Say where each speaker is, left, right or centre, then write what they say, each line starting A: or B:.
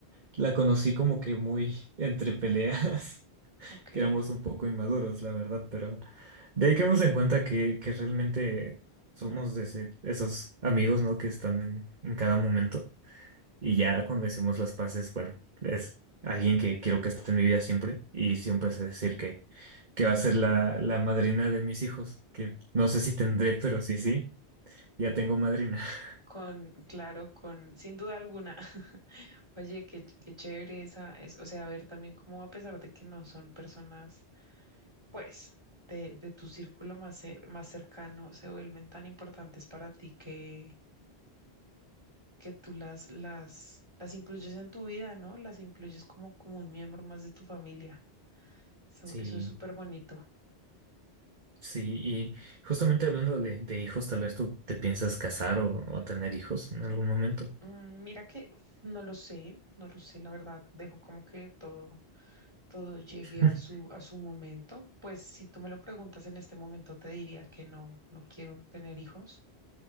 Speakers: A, on the right; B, on the right.
A: La conocí como que muy entre peleas, <laughs>
B: Ok,
A: que éramos un poco inmaduros, la verdad, pero de ahí quedamos en cuenta que, que realmente somos de ese- esos amigos, ¿no? Que están en, en cada momento. Y ya cuando hicimos las paces, bueno, es alguien que quiero que esté en mi vida siempre y siempre sé decir que, que va a ser la, la madrina de mis hijos, que no sé si tendré, pero sí, sí, ya tengo madrina. <laughs>
B: con, claro, con, sin duda alguna. <laughs> Oye, qué, qué chévere esa, es, o sea, ver también cómo a pesar de que no son personas pues, de, de tu círculo más, cer- más cercano se vuelven tan importantes para ti que, que tú las, las, las incluyes en tu vida, ¿no? Las incluyes como, como un miembro más de tu familia. Eso,
A: Sí,
B: eso es súper bonito.
A: sí, y justamente hablando de, de hijos, tal vez tú te piensas casar o, o tener hijos en algún momento.
B: Mm, Mira que no lo sé, no lo sé, la verdad, dejo como que todo, todo llegue
A: <laughs>
B: a su, a su momento. Pues si tú me lo preguntas en este momento, te diría que no, no quiero tener hijos.